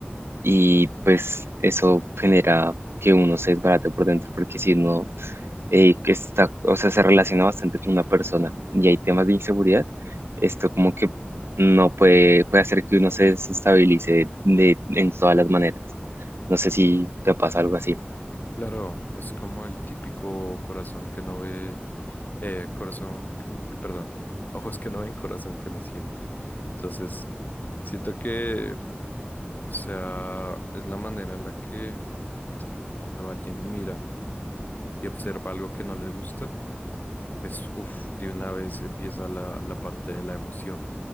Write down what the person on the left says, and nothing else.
Claro, es como el típico corazón que no ve, eh, corazón, que, n- eh, perdón, <laughs> ojos que no ven, corazón que no siente. Entonces, siento que, o sea, es la manera en la que cuando alguien mira y observa algo que no le gusta, pues, uff, de una vez empieza la, la parte de la emoción.